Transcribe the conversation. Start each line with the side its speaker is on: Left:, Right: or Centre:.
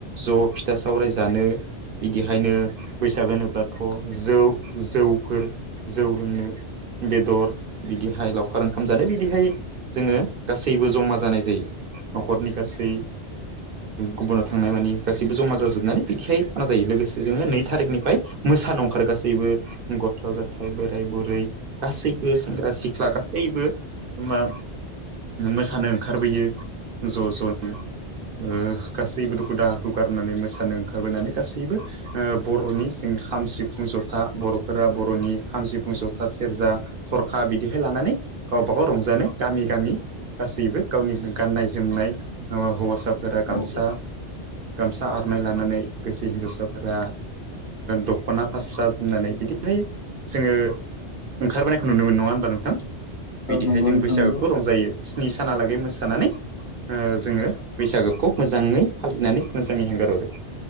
Right: ज' फिथा सावराय जानो बिदिहायनो बैसाग होनोब्लाथ जौ जौफोर जौ लोंनो बेदर बिदिहाय लावखार ओंखाम जानाय बिदिहाय जोङो गासैबो जमा जानाय जायो न'खरनि गासै गुबुनाव थांनाय मानानि गासैबो जमा जाजोबनानै बिदिहाय खाना जायो लोगोसे जोङो नै थारिखनिफ्राय मोसानो अंखार गासैबो गथ' गथाय बोराय बुरै गासैबो सेंग्रा सिख्ला गासैबो एखबा मोसानो ओंखारबोयो ज' ज'नो ओ गासैबो दुखु दाहाखौ गारनानै मोसानो ओंखारबोनानै गासैबो ओ बर'नि जोंनि खाम सिफुं जथा बर' फोरा बर'नि खाम सिफुं जथा सेरजा थरखा बिदिहाय लानानै गावबा गाव रंजानो गामि गामि गासैबो गावनि गाननाय जोमनाय हौवासाफोरा गामसा
Left: औ
Right: गामसा आर'नाय लानानै गोसो हिनजावसाफोरा दखना फास्रा जोमनानै बिदि जोङो ओंखारबोनायखौ नुनो मोनो नङा होनबा नोंथां बिदिहाय
Left: औ नंगौ
Right: जों
Left: नोंथां
Right: बैसागोखौ
Left: नंगौ
Right: रंजायो स्नि सानालागै मोसानानै ओ जोङो बैसागोखौ मोजाङै फालिनानै मोजाङै हेंगार हरो